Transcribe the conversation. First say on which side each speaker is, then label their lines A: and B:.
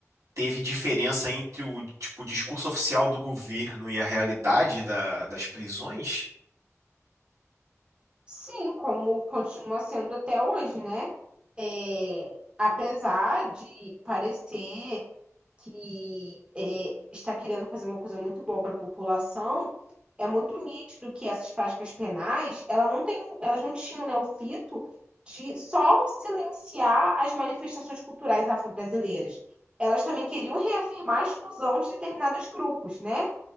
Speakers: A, on the right; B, on the right.
A: teve diferença entre o, tipo, discurso oficial do governo e a realidade da- das prisões?
B: Sim, como continua sendo até hoje, né? É, apesar de parecer que é, está querendo fazer uma coisa muito boa para a população, é muito nítido que essas práticas penais, ela não tem, elas não tinham, né, o fito de só silenciar as manifestações culturais afro-brasileiras. Elas também queriam reafirmar a exclusão de determinados grupos, né?